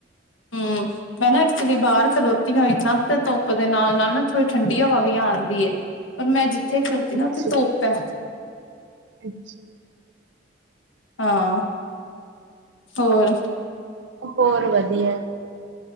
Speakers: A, on the left; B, on the right.
A: ਹਮ ਮੈਂ ਨਾ ਐਕਚੁਲੀ ਬਾਹਰ ਖਲੋਤੀ ਹੋਈ ਨਾ ਤੇ ਧੁੱਪ ਦੇ ਨਾਲ ਨਾਲ ਨਾ ਥੋੜੀ ਠੰਡੀ ਹਵਾ ਵੀ ਆ ਆਂਦੀ ਹੈ ਪਰ ਮੈਂ ਜਿੱਥੇ ਖਲੋਕਤੀ ਨਾ
B: ਅੱਛਾ
A: ਉੱਥੇ ਧੋਪ ਹੈ
B: ਅੱਛਾ
A: ਹਾਂ ਹੋਰ
B: ਹੋਰ ਵਧੀਆ